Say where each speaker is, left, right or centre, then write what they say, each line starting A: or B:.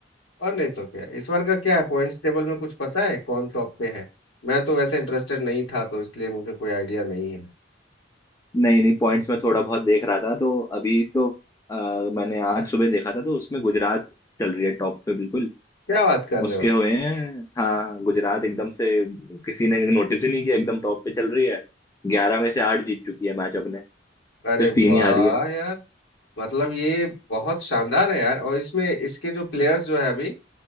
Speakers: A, on the left; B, on the left.
A: और नहीं तो क्या इस बार का क्या है पॉइंट्स टेबल में कुछ पता है कौन टॉप पे है मैं तो वैसे इंटरेस्टेड नहीं था तो इसलिए मुझे कोई आइडिया नहीं है
B: नहीं नहीं पॉइंट्स में थोड़ा बहुत देख रहा था तो अभी तो अ, मैंने आज सुबह देखा था तो उसमें गुजरात चल रही है टॉप पे बिल्कुल
A: क्या बात कर
B: उसके
A: रहे हो
B: हुए हैं हाँ गुजरात एकदम से किसी ने नोटिस ही नहीं किया एकदम टॉप पे चल रही है ग्यारह में से आठ जीत चुकी है मैच अपने
A: अरे
B: सिर्फ
A: वाह
B: तीन ही हारी है
A: यार मतलब ये बहुत शानदार है यार और इसमें इसके जो प्लेयर्स जो है अभी